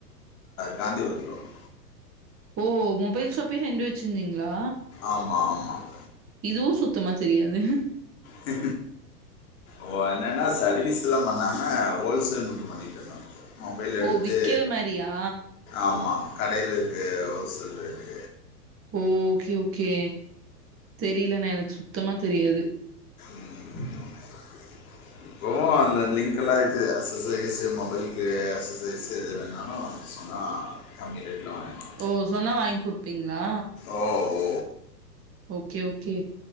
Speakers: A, on the left (about 55°); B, on the right (about 25°).
A: காந்திபொர்த்துல ஒன்
B: ஓ மொபைல் ஷாப்பே ரெண்டு வெச்சிந்தீங்ளா
A: ஆமாம் ஆமாம்
B: இதுவு சுத்தமா தெரியாது
A: தே ஓ என்னன்னா சர்வீஸ்ல்லா பண்ணாம ஓல்சேல் மட்டு பண்ணிகிட்ருந்தோ மொபைல் எடுத்து
B: ஓ விக்கிற மாரியா
A: ஆமாம் கடைளுக்கு ஹோல் செல் ரெட்டி
B: ஓகே உக்கே தெரிய்லணா எனக் சுத்தமா தெரியாது
A: ம் ம் போ அதுல லிங்க்கல்லா இது அஸ்ஸுசரிஸு மொபைல்க்கு அஸ்ஸசரிஸு எது வேண்ணாலு சொன்னாகம்மி ரேட்ல வாங்கிலா
B: ஓ சொன்னா வாங் குடுப்பிங்ளா
A: ஒ ஹோ
B: ஓகே உக்கே